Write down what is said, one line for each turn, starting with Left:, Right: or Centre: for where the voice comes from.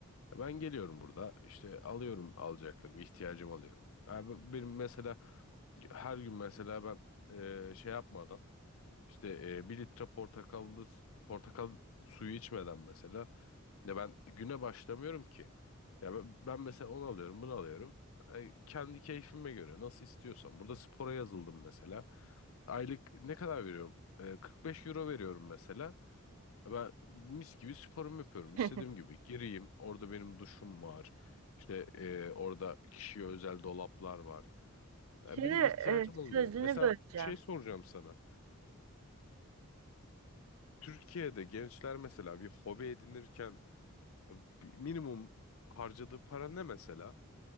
Left: Ya Ben geliyorum burada işte alıyorum alacaklarımı, ihtiyacımı alıyorum. Ya ben- benim mesela her gün mesela ben eee, şey yapmadan işte e, bir litre portakallı portakal suyu içmeden mesela ya ben güne başlamıyorum ki. Ya ben, ben mesela onu alıyorum, bunu alıyorum. Ay, kendi keyfime göre nasıl istiyorsam. Burada spora yazıldım mesela. Aylık ne kadar veriyorum? E, 45 euro veriyorum mesela. Ben mis gibi sporumu yapıyorum.
Right: <laughs>
Left: İstediğim gibi gireyim. Orada benim duşum var. İşte e, orada kişiye özel dolaplar var. Ya
Right: Şimdi
Left: benim
Right: e,
Left: ihtiyacım olmuyor.
Right: sözünü
Left: Mesela
Right: böleceğim.
Left: şey soracağım sana. Türkiye'de gençler mesela bir hobi edinirken e, bir minimum harcadığı para ne mesela?